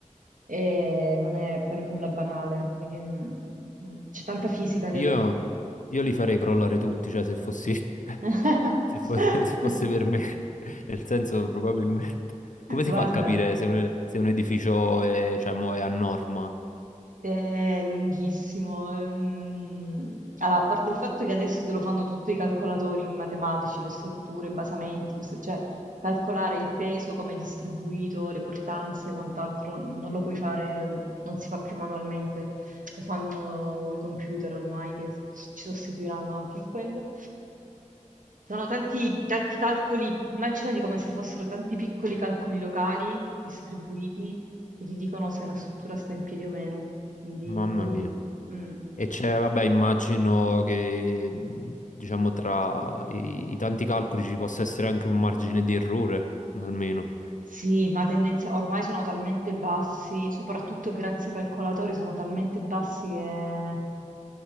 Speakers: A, on the right; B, on the left.
A: e non è per nulla banale, quindi mm, mm, c'è tanta fisica dentro.
B: io, io li farei crollare tutti, cioè se fossi, <laughs>
A: <laughs>
B: se fo- se fosse per me, <laughs> nel senso probabilmente. Come si
A: Guarda.
B: fa a capire se un, se un edificio è, cioè, mo è a norma?
A: È lunghissimo. ehm. Allora, a parte il fatto che adesso te lo fanno tutti i calcolatori matematici, le strutture, i basamenti, queste- cioè calcolare il peso, come è distribuito, le portanze, e quant'altro, non lo puoi fare, non si fa più manualmente, lo fanno i computer ormai che s- ci sostituiranno anche in quello. Sono tanti, tanti calcoli, immaginati come se fossero tanti piccoli calcoli locali distribuiti che ti dicono se una struttura sta in piedi o meno. Quindi,
B: Mamma mia.
A: mm.
B: E c'è, vabbè, immagino che mh, diciamo tra i, i tanti calcoli ci possa essere anche un margine di errore, almeno.
A: Sì, ma tendenza ormai sono talmente bassi, soprattutto grazie ai calcolatori, sono talmente bassi che